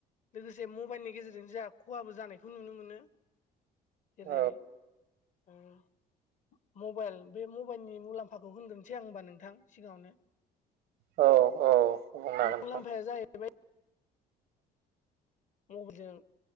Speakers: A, on the left; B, on the right.
A: लोगोसे मबाइल गेजेरजों जोंहा खहाबो जानायखौ नुनो मोनो जेरै
B: औ
A: <unintelligible> मबाइल बे मबाइलनि मुलाम्फाखौ होनग्रोनसै आं होनबा नोंथां सिगाङावनो
B: औ बुंनो हागोन
A: मुंलाम्फाया
B: नोंथां
A: जाहैबाय मबाइल जों